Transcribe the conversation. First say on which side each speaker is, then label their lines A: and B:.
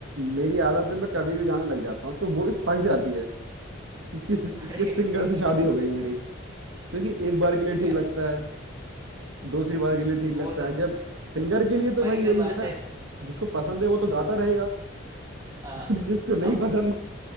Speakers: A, on the right; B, on the right.
A: मेरी आदत है मैं कभी भी गाना लग जाता हूँ तो वो भी पक जाती है कि किस
B: <laughs> अरे
A: किस सिंगर से शादी हो गई मेरी क्योंकि एक बार के लिए ठीक
B: यार
A: लगता है दूसरी बार के लिए ठीक लगता
B: वो तो
A: है जब सिंगर के लिए तो
B: वही
A: भाई
B: तो
A: यही
B: बात
A: है ना
B: है
A: जिसको पसंद है वो तो गाता रहेगा
B: हाँ
A: <laughs> बट जिसको नहीं
B: अब
A: पसंद